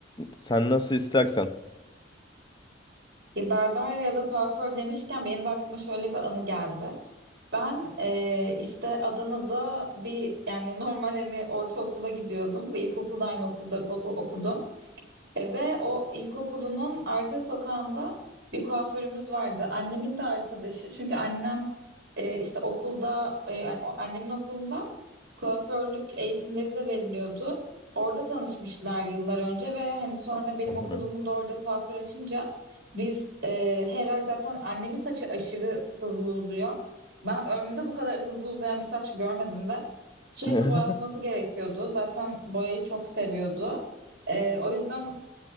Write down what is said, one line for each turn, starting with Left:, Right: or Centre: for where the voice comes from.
Left: Sen nasıl istersen.
Right: Ya berber ya da kuaför demişken benim de aklıma şöyle bir anı geldi. Ben eee, işte Adana'da bir yani normal hani ortaokula gidiyordum ve ilkokulda aynı okulda o- o- okudum. E, ve o ilkokulumun arka sokağında bir kuaförümüz vardı. Annemin de arkadaşı. Çünkü annem e, işte okulda, e, yani o- annemin okulunda kuaförlük eğitimleri de veriliyordu. Orada tanışmışlar yıllar önce ve hani sonra benim
Left: Hı hı.
Right: okulumun da orada kuaför açınca biz e, her ay zaten annemin saçı aşırı hızlı uzuyor. Ben ömrümde bu kadar hızlı uzayan bir saç görmedim ve sürekli
Left: <laughs>
Right: boyatması gerekiyordu. Zaten boyayı çok seviyordu. Ee, o yüzden